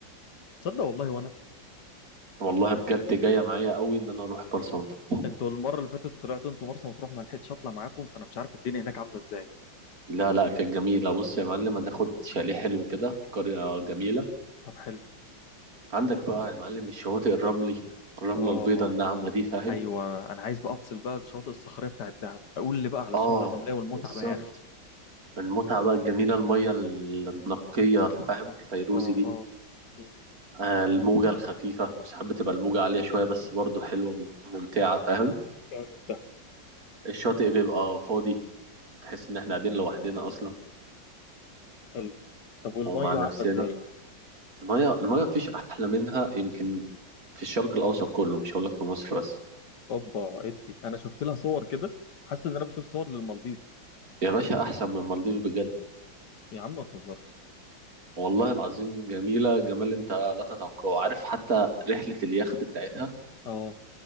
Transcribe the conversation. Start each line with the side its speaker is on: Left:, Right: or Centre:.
Left: تصدق والله وانا
Right: والله بجد جاية معايا قوي ان انا اروح مرسى مطروح
Left: انتوا المره اللي فاتت طلعتوا انتوا مرسى مطروح ما لحقتش اطلع معاكم فانا مش عارف الدنيا هناك عامله ازاي
Right: لا لا كانت جميلة بص يا معلم هناخد شاليه حلو كده في قرية جميلة
Left: طب حلو
Right: عندك بقى يا معلم الشواطئ الرملي الرملة
Left: اه
Right: البيضاء الناعمة دي فاهم
Left: ايوه انا عايز بقى افصل بقى الشاطئ الصخريه بتاعت دهب اقول لي بقى على
Right: اه
Left: الشاطئ الرمليه والمتعه
Right: بالظبط
Left: بقى يا اخي
Right: المتعة بقى الجميلة المية النقية فاهم الفيروزي
Left: اه
Right: دي
Left: اه مم.
Right: آه، الموجة الخفيفة ساعات بتبقى الموجة عالية شوية بس برضو حلوة مم- ممتعة فاهم
Left: جامد ده
Right: الشاطئ بيبقى فاضي تحس إن إحنا قاعدين لوحدنا أصلا
Left: حلو طب والميه
Right: ومع نفسنا
Left: عامله ازاي
Right: المية المية مفيش أحلى منها يمكن في الشرق الأوسط كله مش هقولك في مصر بس
Left: اوبا ادي انا شفت لها صور كده حاسس ان انا بشوف صور للمالديف
Right: يا باشا أحسن من المالديف بجد
Left: يا عم ما تهزرش
Right: والله العظيم جميلة جمال أنت لا تتوقعه عارف حتى رحلة اليخت بتاعتها
Left: اه